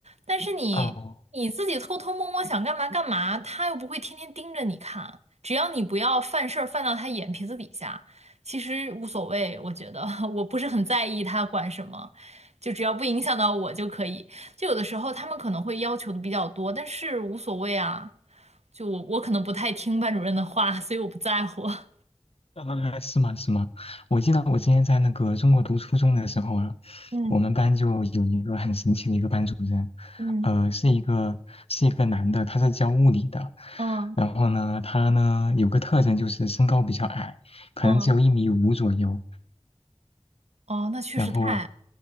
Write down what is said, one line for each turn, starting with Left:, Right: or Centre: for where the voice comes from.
Right: 但是你你自己偷偷摸摸想干嘛干嘛，
Left: 哦，
Right: 他又不会天天盯着你看，只要你不要犯事儿犯到他眼皮子底下，其实无所谓，我觉得 <laughs> 我不是很在意他管什么，就只要不影响到我就可以。就有的时候他们可能会要求的比较多，但是无所谓啊。就我我可能不太听班主任的话，所以我不在乎。<laughs>
Left: 呃，是吗？是吗？我记得我之前在那个中国读初中的时候啊，
Right: 嗯
Left: 我们班就有一个很神奇的一个班主任，
Right: 嗯
Left: 呃，是一个是一个男的，他是教物理的。
Right: 嗯
Left: 然后呢，他呢有个特征就是身高比较矮，可能只有一米五左右，
Right: 嗯哦，那确实太，
Left: 然后